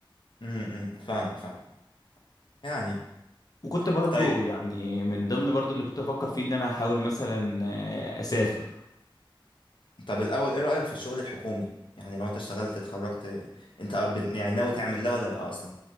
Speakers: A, on the left (about 65°); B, on the left (about 45°).
A: امم فاهمك فاهم يعني
B: وكنت برضو
A: طيب
B: يعني من ضمن برضو اللي كنت بفكر فيه ان انا احاول مثلا آه، اسافر
A: طب الاول ايه رأيك في الشغل الحكومي يعني لو انت اشتغلت اتخرجت انت بن- يعني ناوي تعمل ده ولا لا اصلا